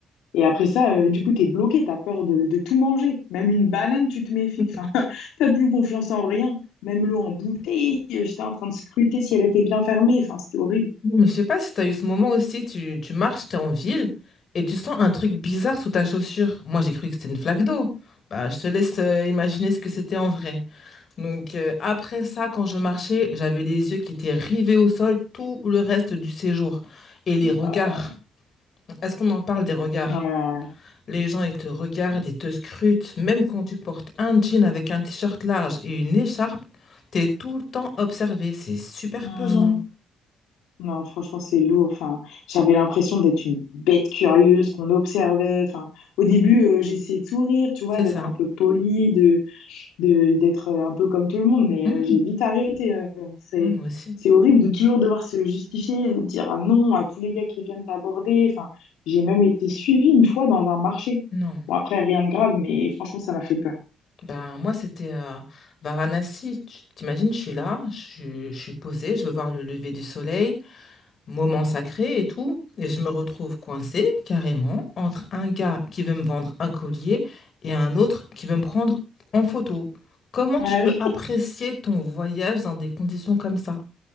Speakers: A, on the left; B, on the left.
A: Et après ça, euh, du coup, t'es bloqué, t'as peur de, de tout manger. Même une banane, tu te méfies.
B: mm.
A: Enfin, <laughs> t'as plus confiance en rien. Même l'eau en bouteille, euh, j'étais en train de scruter si elle était bien fermée. Enfin, c'était horrible.
B: Mais je sais pas si tu as eu ce moment aussi, tu, tu marches, tu es en ville et tu sens un truc bizarre sous ta chaussure. Moi, j'ai cru que c'était une flaque d'eau. Bah, je te laisse euh, imaginer ce que c'était en vrai. Donc, euh, après ça, quand je marchais, j'avais les yeux qui étaient rivés au sol tout le reste du séjour. Et les regards.
A: Euh,
B: Est-ce qu'on en parle des regards?
A: ouais, ouais, ouais.
B: Les gens, ils te regardent, ils te scrutent. Même quand tu portes un jean avec un t-shirt large et une écharpe, t'es tout le temps observé. C'est super
A: Hmm.
B: pesant.
A: Non, franchement, c'est lourd. Enfin, j'avais l'impression d'être une bête curieuse qu'on observait. Enfin, au début, euh, j'essayais de sourire, tu vois,
B: C'est
A: d'être
B: ça.
A: un peu polie, de, de, d'être euh, un peu comme tout le monde, mais
B: Mmh.
A: euh, j'ai vite arrêté. euh. c'est,
B: Ouais, moi aussi.
A: c'est horrible de toujours devoir se justifier, de dire un non à tous les gars qui viennent t'aborder. Enfin, j'ai même été suivie une fois dans un marché.
B: Non.
A: Bon, après, rien de grave, mais franchement, ça m'a fait peur.
B: Ben, moi, c'était euh, Varanasi. Tu t'imagines, je suis là, je, suis- je suis posée, je veux voir le lever du soleil, moment sacré et tout. Et je me retrouve coincée, carrément, entre un gars qui veut me vendre un collier et un autre qui veut me prendre en photo. Comment
A: Ah
B: tu peux
A: oui.
B: apprécier ton voyage dans des conditions comme ça?